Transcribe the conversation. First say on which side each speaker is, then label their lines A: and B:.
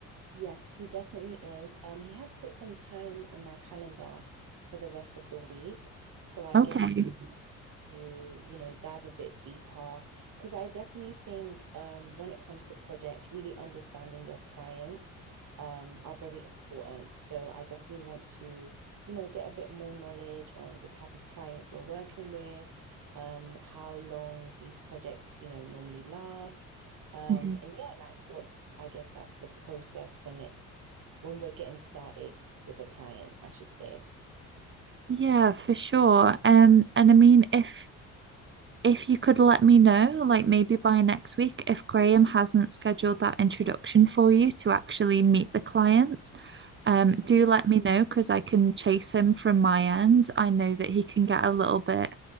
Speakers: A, on the right; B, on the right.
A: Yes, he definitely is. Um, he has put some time in my calendar for the rest of the week. So I
B: Okay.
A: guess to, you know, dive a bit deeper. Because I definitely think um, when it comes to projects, really understanding your clients um, are very important. So I definitely want to, you know, get a bit more knowledge on the type of clients we're working with, um, how long these projects, you know, normally last. Um,
B: Mhm.
A: and yeah, like what's, I guess, like the process when it's when we're getting started with a client, I should say.
B: Yeah, for sure. Um, and I mean, if if you could let me know, like maybe by next week, if Graham hasn't scheduled that introduction for you to actually meet the clients, um,
A: Okay.
B: do let me know because I can chase him from my end. I know that he can get a little bit